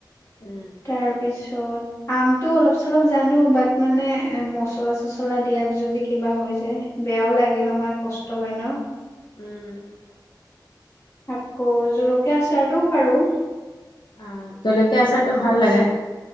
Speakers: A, on the left (about 90°); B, on the left (about 35°).
A: উম
B: তাৰপিছত আমটো অলপ চলপ জানো, বাট মানে মচলা চচলা দিয়াত যদি কিবা হৈ যায় বেয়াও লাগে নহয়, কষ্ট হয় ন'।
A: উম
B: আকৌ জলকীয়া আচাৰটোও পাৰো।
A: অ' জলকীয়া আচাৰটো ভাল লাগে।